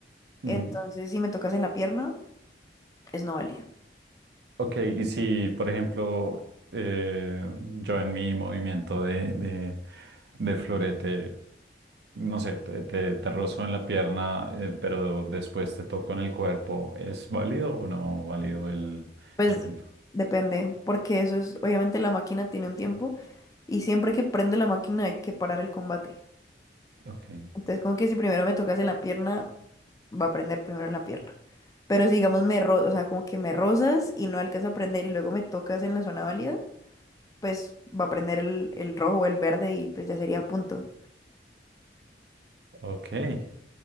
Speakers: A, on the right; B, on the left.
A: Ujú.
B: Entonces, si me tocas en la pierna, es no válido.
A: Ok, y si, por ejemplo, eh, yo en mi movimiento de, de, de florete, no sé, te, te, te rozo en la pierna, eh, pero después te toco en el cuerpo, ¿es válido o no válido el,
B: Pues
A: el punto?
B: depende, porque eso es, obviamente la máquina tiene un tiempo y siempre que prende la máquina hay que parar el combate.
A: Ok,
B: Entonces como que si primero me tocas en la pierna, va a prender primero en la pierna. Pero si digamos me ro- o sea, como que me rozas y no alcanza a prender y luego me tocas en la zona válida, pues va a prender el, el rojo o el verde y pues ya sería punto.
A: ok.